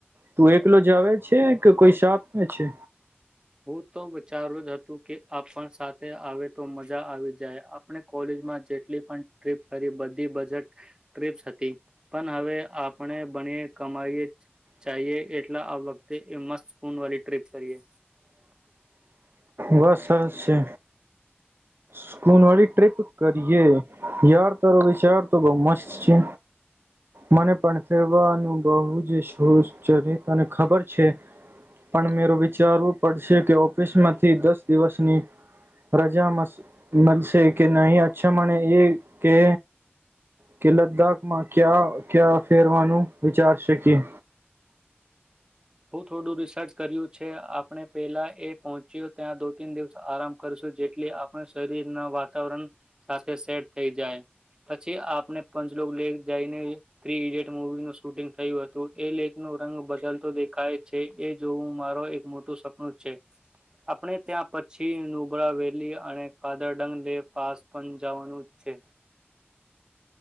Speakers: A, on the right; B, on the right.
A: તું એકલો જ આવે છે કે કોઈ સાતમે છે
B: હું તો વિચારું જ હતું કે આપણ સાથે આવે તો મજા આવી જાય આપણે કોલેજમાં જેટલી પણ ટપ કરી બધી બજેટ ટપ હતી પણ હવે આપણે બને કમાવીએ ચઇએ એટલા આ વખતે એ મસ્ત ખૂન વાળી ટ્રીપ કરીએ
A: બસ સરસ છે સ્કૂલ વાળી ટ્રીપ કરીએ યાર તાર વિચાર તો બઉ મસ્ત છે મને પણ ફેરવાનું બહુ જ શો ને ખબર છે પણ મે વિચારવું પડશે કે ઓફિસમાં થી દસ દિવસની રજા મસ મળશે કે નહી અચ્છા મળને એ કે કે લદ્દાખ માં ક્યા ક્યા ફેરવાનું વિચારશેકી
B: બ થોડું રિસર્ચ કર્યું છે આપણે પેલા એ પહોંચ્યો ત્યાં દો તીન દિવસ આરામ કરશું જેટલી આપણા શરીર ના વાતાવરણ સાથે સેટ થઇ જાય પછી આપને પંચલોક લેક જઈને થ્રી ઈડિયટ મુવી નું શૂટિંગ થયું હતું એ લેક ન રંગ બદલતો દેખાય છે એ જોવું માર એક મોટું સપનું છે આપણે ત્યાં પછી નુબળ વેલી અને કાદર ડંગ લે પાસ પણ જવાનું છે